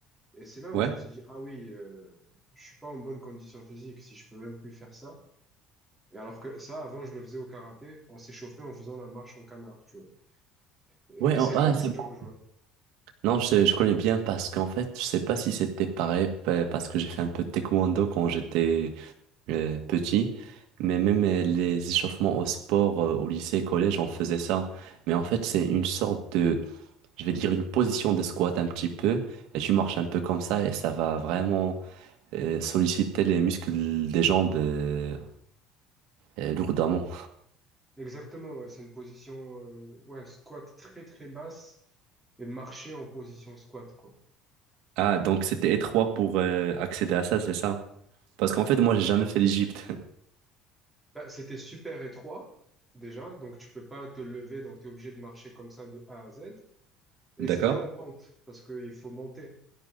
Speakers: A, in the centre; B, on the right.
A: Et c'est là
B: Ouais.
A: où je me suis dit, ah oui, euh, je suis pas en bonne condition physique si je peux même plus faire ça. Et alors que ça, avant, je le faisais au karaté, on s'échauffait en faisant la marche en canard, tu vois. Et,
B: Ouais,
A: et c'est
B: oh,
A: là
B: ah,
A: où
B: c'est
A: je te
B: bon.
A: rejoins.
B: Non, je, je connais bien parce qu'en fait, je sais pas si c'était pareil pa- parce que j'ai fait un peu de taekwondo quand j'étais euh, petit, mais même euh, les échauffements au sport euh, au lycée, collège, on faisait ça. Mais en fait, c'est une sorte de, je vais dire, une position de squat un petit peu, et tu marches un peu comme ça, et ça va vraiment euh, solliciter les muscles des jambes euh, euh, lourdement.
A: Exactement, ouais, c'est une position, euh, ouais, squat très très basse et marcher en position squat, quoi.
B: Ah, donc c'était étroit pour euh, accéder à ça, c'est ça? Parce qu'en fait, moi, j'ai jamais fait l'Égypte.
A: Bah, c'était super étroit, déjà, donc tu peux pas te lever, donc tu es obligé de marcher comme ça de A à Z. Et
B: <laughs> D'accord?
A: c'était en pente, parce qu'il faut monter.